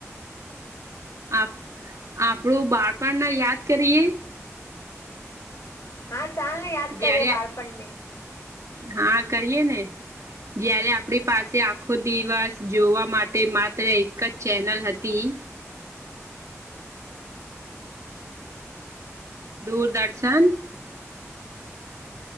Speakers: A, on the right; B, on the left.
A: આપ આપણું બાળપણના યાદ કરીએ?
B: હા ચાલ ને યાદ કરીએ
A: જયારે
B: બાળપણને?
A: હા કરીએ ને? જયારે આપણી પાસે આખો દિવસ જોવા માટે માત્ર એક જ ચેનલ હતી. દૂરદર્શન